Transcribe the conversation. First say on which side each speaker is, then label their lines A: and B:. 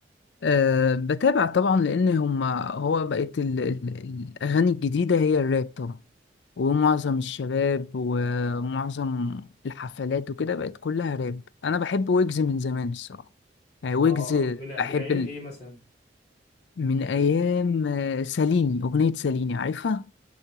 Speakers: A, on the left; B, on the left.
A: أه بتابع طبعا لان هم هو بقت ال- ال- الاغاني الجديده هي الراب طبعا ومعظم الشباب ومعظم الحفلات وكده بقت كلها راب انا بحب ويجز من زمان الصراحه يعني ويجز
B: اه من
A: بحب
B: من ايام
A: ال...
B: ايه مثلا
A: من ايام آه، ساليني اغنيه ساليني عارفها